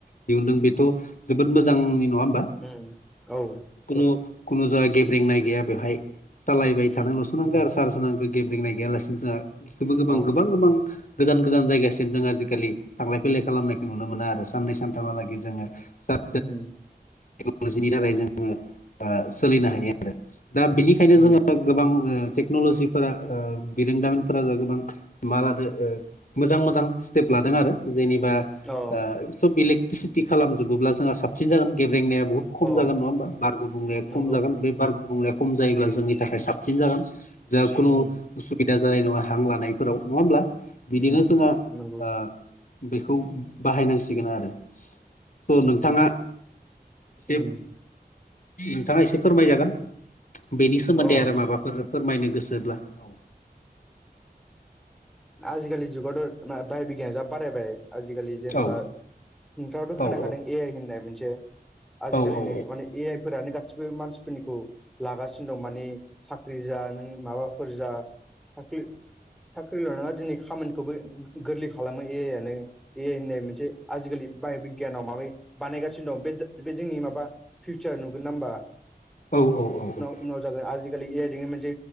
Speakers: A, on the left; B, in the centre.
A: दिहुनदों बेथ' जोबोद मोजांनि नङा
B: उम औ
A: खुनु खुनु जा गेब्रेंनाय गैया बेवहाय सालायबाय
B: उम
A: थानायल'सो नांगोन आरो थारसो नांगो गेब्रेेंनाय गैयालासिनो जोंहा बेबो गोबां
B: औ
A: गोबां गोजान गोजान जायगासिम जों आजिखालि थांलाय फैलाय खालामनायखौ नुनो मोना आरो साननै सानथामहालागै जोङो थास
B: उम
A: टेक्न'लजिनि दारै जोङो आ सोलिनो हायो आरो। दा बिनिखायनो
B: उम
A: जोङो। गोबां टेक्न'ल'जिफोरा ओ बिरोंदामिनफोरा जो गोबां मा लादो मोजां मोजां स्टेप लादों आरो जेनेबा
B: अ
A: सब इलेकट्रिसिटि खालामजोबोब्ला जोंहा साबसिन जागोन गेब्रेंनाया बहुत खम
B: औ
A: जागोन नङा होमबा बार गुबुंलेया
B: नंगौ
A: खम जागोन बे बार गुबुंलेया खम जायोब्ला
B: उम
A: जोंनि थाखाय साबसिन जागोन। जा खुनु
B: उम
A: उसुबिदा जानाय नङा हां लानायफोराव नङा होमब्ला? बिदिनो
B: उम
A: जोङो
B: नंगौ
A: ओ बेखौ बाहायनांसिगोन आरो स' नोंथाङा एसे
B: उम
A: नोंथाङा एसे फोरमायजागोन बेनि सोमोन्दै
B: अ
A: आरो माबाफोर फोरमायनो गोसोब्ला औ
B: आजिखालि जुगावथ' बाहाय बिगियान जा बारायबाय आजिखालि जेनेबा
A: औ
B: नोंथाङावथ' खोनाखादों
A: औ
B: ए होननाय मोनसे
A: औ
B: आजिखालिनो
A: औ
B: माने ए आइ फोरानो गासिबो मानसिफोरनिखौ। लागासिनो दं माने साख्रि जा नों माबाफोर जा साख्रि। साख्रिल' नङा दिनै खामानिखौबो गोरलै खालामो ए आइयानो। ए होननाय मोनसे आजिखालि बाह बिगियानाव माबै। बानायगासिनो दं बे बे जोंनि माबा फिउचार नुगोन ना होमबा।
A: औ औ औ औ।
B: उन आजिखालिरै मोनसे